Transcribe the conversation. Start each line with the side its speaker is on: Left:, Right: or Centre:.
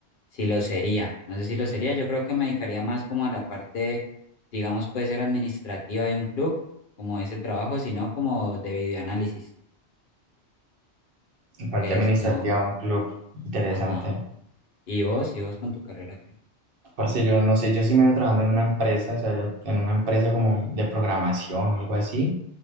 Left: si lo sería, no sé si lo sería, yo creo que me dedicaría más como a la parte, digamos, puede ser administrativa de un club, como ese trabajo, sino como de videoanálisis,
Right: En parte
Left: que
Right: administrativa,
Left: es como,
Right: un club interesante.
Left: ajá, y vos, y vos con tu carrera que
Right: Parce, yo no sé, yo sí me veo trabajando en una empresa, o sea, yo en una empresa como de programación o algo así,